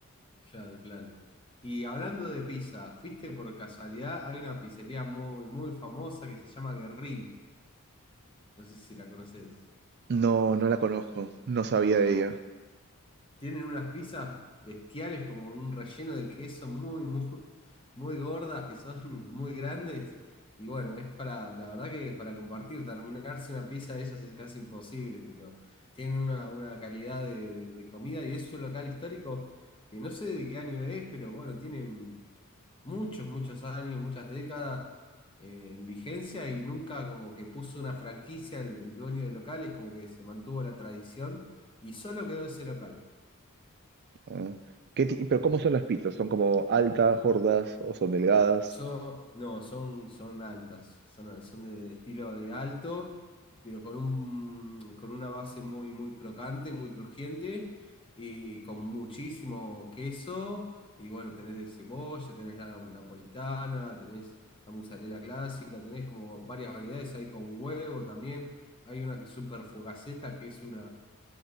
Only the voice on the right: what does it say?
No, no la conozco, no sabía de ella.
Ah, ¿qué ti- pero ¿cómo son las pizzas? ¿Son como altas, gordas o son delgadas?